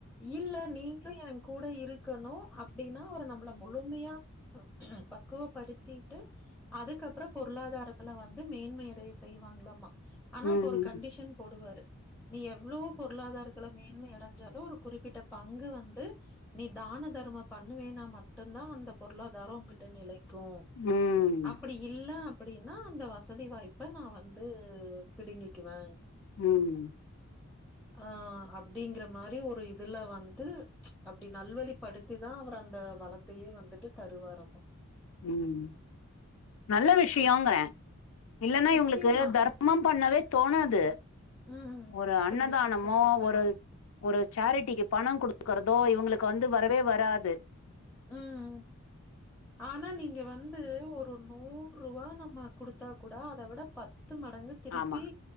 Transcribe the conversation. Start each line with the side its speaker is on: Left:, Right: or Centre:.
Centre: இல்ல நீங்களும் என் கூட இருக்கணு அப்படின்னா அவர் நம்மள முழுமையா பக்குவப்படுத்திட்டு அதுக்கப்புறம் பொருளாதாரத்துல வந்து மேன்மையடைய செய்வாங்களாமா ஆனா
Left: ம்
Centre: அப்ப ஒரு கண்டிஷன் போடுவாரு நீ எவ்ளோ பொருளாதாரத்துல மேன் மேன்மை அடைஞ்சாலும் ஒரு குறிப்பிட்ட பங்கு வந்து நீ தான தர்மம் பண்ணுவேனா மட்டும்தா அந்த பொருளாதாரம் உங்கிட்ட நிலை க்கும் ப
Left: ம்
Centre: அப்படி இல்ல அப்படின்னா அந்த வசதி வாய்ப்ப நா வந்து பிடுங்கிக்குவேன்
Left: ம்
Centre: ஆ அப் அப்படிங்கற மாறி ஒரு இதுல வந்து அப்படி நல்வழிப்படுத்தி தா அவர் அந்த வள த்தையே வந்துட்டு தருவாரமா
Left: ம் நல்ல விஷயோங்குறே இல்லன்னா
Centre: நிச்சயமா
Left: இவுங்களுக்கு தர்ம ர்மம் பண்ணவே தோணாது
Centre: ம்.
Left: ஒரு அன்னதானமோ
Centre: கண்டிப்பா, கண்டிப்பா.
Left: ஒரு ஒரு சேரட்டிக்கு பணம் குடுகறதோ இவுங்களுக்கு வந்து வரவே வராது
Centre: ம் ஆனா நீங்க வந்து ஒரு நூறு ரூவா நம்ம குடுத்தா கூட அத விட பத்து மடங்கு திருப்பி
Left: ஆமா